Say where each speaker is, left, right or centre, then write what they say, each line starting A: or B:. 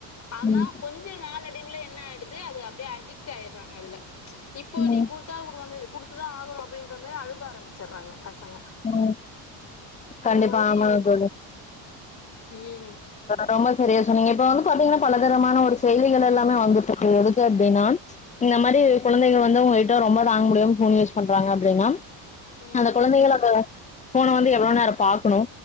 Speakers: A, on the left (about 40°); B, on the left (about 15°).
A: ஆனா
B: ம்,
A: கொஞ்சு நாளடைவுல என்ன ஆய்டுது அது அப்டே அடிக்ட் ஆய்றாங்க அதுல இப்போ
B: ம்,
A: நீ குடு த்தா வுடுவானே குடுத்துதா ஆகணு அப்டின்ற மாரி அழுக ஆரம்பிச்சிர்றாங்க பசங்க
B: ம்.
A: அந்த
B: கண்டிப்பா.
A: மாதிரி
B: ஆமாங்க
A: இர்க்கு ம்
B: ரொம்ப சரியா சொன்னிங்க இப்ப வந்து பாத்தீங்கன்னா பலதரமான ஒரு செய்திகள் எல்லாமே வந்துட்ருக்கு எதுக்கு அப்டின்னான் இந்த மாரி குழந்தைங்க வந்து உங்க கிட்ட ரொம்ப தாங்க முடியாம் ஃபோன் யூஸ் பண்றாங்க அப்டின்னாம்
A: ம்
B: அந்த குழந்தைகள க ஃபோன வந்து எவ்ளோ நேர் பாக்கணு